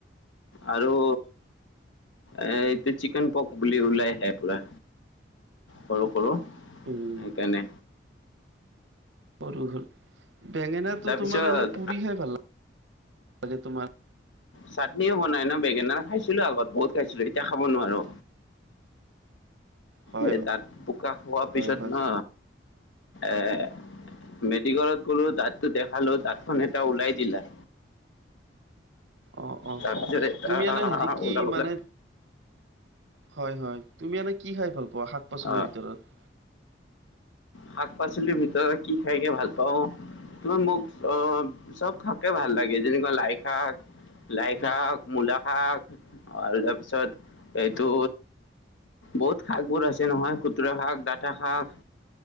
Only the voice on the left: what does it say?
আৰু এ এইটো চিকেন পক বুলি ওলাই আহে পুৰা। সৰু সৰু।
সেইকাৰণে
তাৰপিছত
চাটনিও বনাই ন' বেঙেনা, খাইছিলো আগত বহুত খাইছিলো এতিয়া খাব নোৱাৰো।
এ,
তাত বোকা খোৱাৰ পিছত
না এ মেডিকেলত গ'লো দাঁতটো দেখালো, দাঁতখন এটা ওলাই দিলা।
তাৰপিছত এটা
ওলাবলৈ
অ,
শাক পাচলিৰ ভিতৰত কি খাইগে ভাল পাওঁ মোক অ' চব শাকে ভাল লাগে যেনেকুৱা লাই শাক। লাই শাক, মূলা শাক আৰু তাৰপিছত এইটো বহুত শাকবোৰ আছে নহয় খুতুৰা শাক, দাটা শাক।